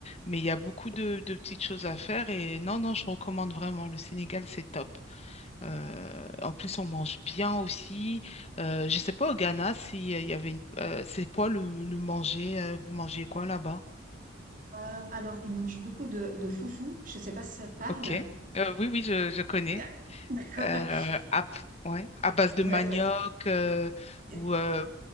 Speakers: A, on the left; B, on the right.
A: mais il y a beaucoup de, de petites choses à faire. Et non, non, je recommande vraiment. Le Sénégal, c'est top. Euh, en plus, on mange bien aussi. Euh, je sais pas au Ghana si euh, il y avait une. euh, c'est quoi le, le manger? euh, vous mangez quoi là-bas?
B: heures. Alors, ils mangent beaucoup de, de foufou. Je sais pas si ça te parle.
A: Ok. Euh, oui, oui, je, je connais.
B: Ah, D'accord.
A: Euh,
B: <laughs>
A: à, ouais, à base de
B: Ouais,
A: manioc
B: bah,
A: euh,
B: c'est-
A: ou euh,